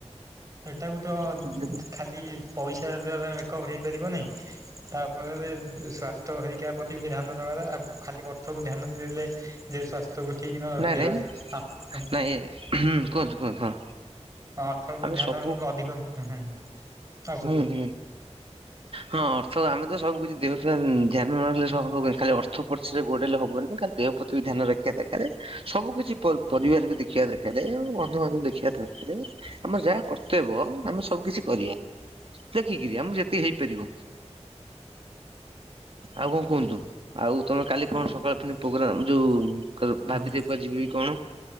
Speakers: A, on the right; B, on the right.
A: ଏଇଟାକୁ ତ
B: ହୁଁ
A: ଖାଲି ପଇସା ଅଧିକା ତ ମେକଅପ୍ ହେଇପାରିବ ନାହିଁ ତାଫଳରେ ସ୍ଵାସ୍ଥ୍ୟ ହରିକା ଟିକେ ଧ୍ୟାନ ଦବା କଥା ଖାଲି ଅର୍ଥକୁ ଧ୍ୟାନ ଦେଲେ ଯେ ସ୍ୱାସ୍ଥ୍ୟ ତୁ ଉଠିିକିନ ରଖିବା
B: ନାଇଁ ନାଇଁ
A: <unintelligible>
B: ନାଇଁ ହୁଁ କୁହନ୍ତୁ କୁହନ୍ତୁ ହଁ
A: ଅର୍ଥକୁ
B: ଆମେ
A: ଧ୍ୟାନ
B: ସବୁ
A: <unintelligible> କୁହ
B: ହୁଁ ହୁଁ ହଁ ଅର୍ଥ ଆମେ ତ ସବୁ କିଛି ଦେଉଛୁ। ଧ୍ୟାନ ନାଗଲେବ, ଖାଲି ଅର୍ଥ ପଛରେ ଗୋଡେଇଲେ ହବନି ଖାଲି ଦେହ ପ୍ରତି ବି ଧ୍ୟାନ ରଖିବା ଦରକାରେ, ସବୁ କିଛି ପରିବାର ବି ଦେଖିବା ଦରକାର। ଆଉ ବନ୍ଧୁମାନଙ୍କୁ ବି ଦେଖିବା ଦରକାରେ। ଆମର ଯାହା କର୍ତ୍ତବ୍ୟ ଆମେ ସବୁ କିିଛି କରିବା। ଦେଖିକିରି ଆମ ଯେତିକି ହେଇପାରିବ, ଆଉ କଣ କୁହନ୍ତୁ?? ଆଉ ତମେ କାଲି କଣ ସକାଳ ଫ ପ୍ରୋଗ୍ରାମ, ଯୋଉ ଭାବିଛ
A: ହ, ହଁ।
B: କୁଆଡେ ଯିବି କଣ?